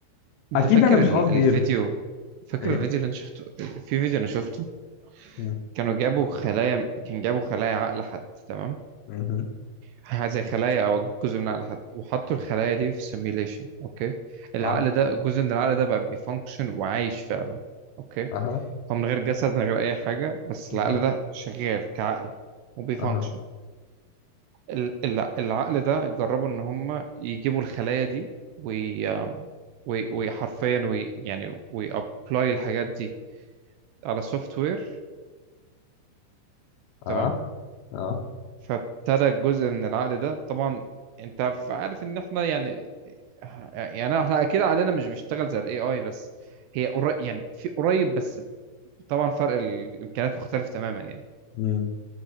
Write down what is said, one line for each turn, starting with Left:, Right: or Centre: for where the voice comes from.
Right: انت
Left: اكيد
Right: فاكر
Left: انا مش
Right: ال-
Left: قصدي
Right: الفيديو
Left: ايه بس-
Right: فاكر
Left: ايه
Right: الفيديو اللي انا شفته في فيديو انا شفته
Left: مم.
Right: كانوا جابوا خلايا كان جابوا خلايا عقل حد تمام
Left: مهم.
Right: حاجه زي خلايا او جزء من عقل حد وحطوا الخلايا دي في سيميليشن اوكي العقل
Left: اه
Right: ده جزء من العقل ده بقى بيفانكشن وعايش فعلا اوكي
Left: اها
Right: هو من غير جسد من غير اي حاجه بس
Left: اه
Right: العقل ده شغال كعقل وبيفانكشن
Left: اها
Right: ال- ال- العقل ده جربوا ان هم يجيبوا الخلايا دي وي وي- وحرفيا وي يعني ويابلاي الحاجات دي على سوفت وير تمام
Left: اه اه
Right: فابتدى جزء من العقل ده طبعا انت ف- عارف ان احنا يعني يعني احنا اكيد عقلنا مش بيشتغل زي الاي اي بس هي قريب يعني في قريب بس طبعا فرق الامكانيات مختلف تماما يعني
Left: مم.